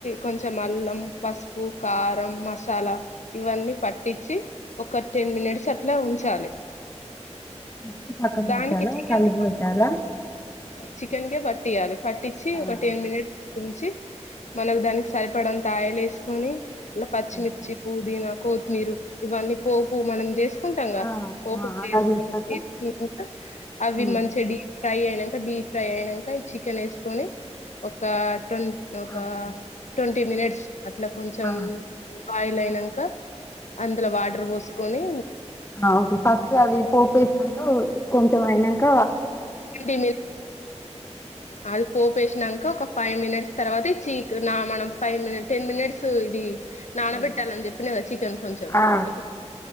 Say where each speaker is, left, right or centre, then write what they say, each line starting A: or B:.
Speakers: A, on the left; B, on the left.
A: కొంచం అల్లం పసు పు కారం మసాలా ఇవన్నీ పట్టించి ఒక టెన్ మినిట్స్ అట్లా ఉంచాలి
B: ఫస్ట్ పక్కకు
A: దానికి
B: పెట్టాలా
A: చెన్
B: కలిపి పెట్టాలా
A: చికెన్ క బట్ట పట్టియాలి పట్టించి
B: ఆ
A: ఒక టెన్ మినిట్స్ ంచి మనకు దానికి సరిపడంత ఆయల్ వేసుకొని అలా పచ్చిమిర్చి
B: ఓకే
A: పుదీనా కొత్తిమీర ఇవన్నీ పోపు మనం చేసి కుంటా
B: ఆ
A: పోపు
B: ఆ అలా
A: వేసుక
B: చేసాక
A: వేకుక అవి
B: ఉమ్
A: మంచిగా ఫ్రై అయనాక డీప్ ఫ్రై అయనాక చికెన్ వేసుకొని ఒక ట్ ఒక
B: ఓకే
A: ట్వంటీ మినిట్స్ అట్లా కొంచెం
B: ఆ
A: బాయిల్ అయినాక అందులో వాటర్ పోసుకొని
B: ఆ ఓకే ఫస్ట్ అది పోపేసినాక కొంచం అయినాక
A: <unintelligible> అది పోపు వేసినక ఇంక ఒక ఫైవ్ మినిట్స్ తర్వాత చీక్ మనం ఫైవ్ మిట్ టెన్ మినిట్స్ ఇది నానబెట్టాలని
B: హ్మ్.
A: చెప్పినా కదా చికెన్ కొంచెం
B: ఆ
A: ఇప్పుడు